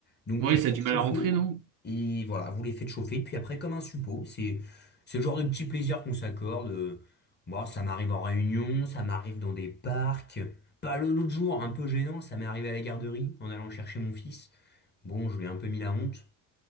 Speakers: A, on the left (about 20°); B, on the right (about 40°).
A: Donc
B: Ouais,
A: vous les
B: ça
A: faites
B: a du mal
A: chauffer,
B: à rentrer, non?
A: et voilà, vous les faites chauffer, puis après comme un suppôt, c'est c'est le genre de petit plaisir qu'on s'accorde. euh, Moi, ça m'arrive en réunion, ça m'arrive dans des parcs. Pas le- l'autre jour, un peu gênant, ça m'est arrivé à la garderie en allant chercher mon fils. Bon, je lui ai un peu mis la honte.